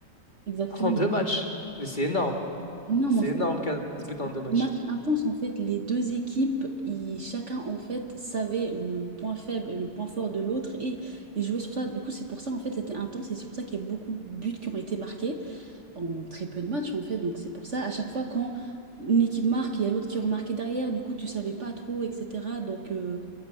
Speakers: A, on the right; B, on the left.
A: exactement.
B: <laughs> en deux matchs. Mais c'est énorme.
A: Non,
B: C'est
A: mais en fait,
B: énorme, 15
A: c'était
B: buts en deux
A: un
B: matchs.
A: match intense, en fait. Les deux équipes, ils- chacun, en fait, savait le point faible et le point fort de l'autre et ils jouaient sur ça. Du coup, c'est pour ça, en fait, c'était intense et c'est pour ça qu'il y a beaucoup de buts qui ont été marqués. en très peu de matchs en fait. Donc c'est pour ça, à chaque fois quand une équipe marque, il y a l'autre qui remarquait derrière, du coup tu savais pas trop, etc. Donc euh,